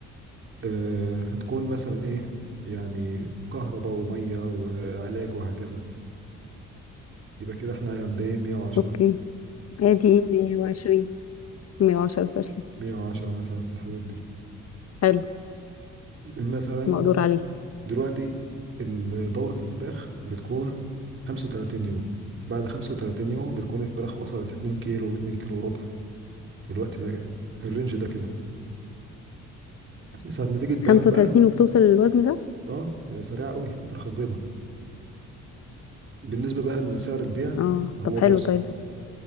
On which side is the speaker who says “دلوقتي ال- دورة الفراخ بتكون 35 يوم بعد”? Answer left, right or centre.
Right